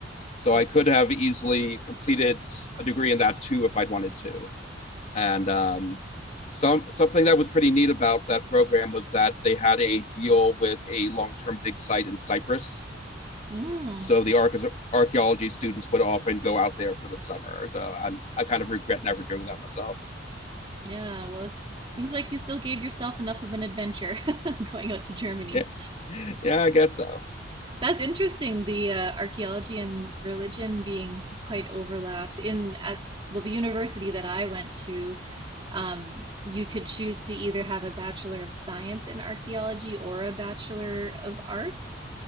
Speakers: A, on the left; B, on the right.
A: so
B: oh,
A: i could have easily completed a degree in that too if i'd wanted to and um, some something that was pretty neat about that program was that they had a deal with a long-term dig site in Cyprus.
B: mm,
A: So the archaeology students would often go out there for the summer. Though I'm, I kind of regret never doing that myself.
B: yeah, well, it seems like you still gave yourself enough of an adventure <laughs> going out to Germany.
A: Yeah, <laughs> yeah, I guess so.
B: That's interesting. The uh, archaeology and religion being quite overlapped in at well, the university that I went to, um, you could choose to either have a bachelor of science in archaeology or a bachelor of arts.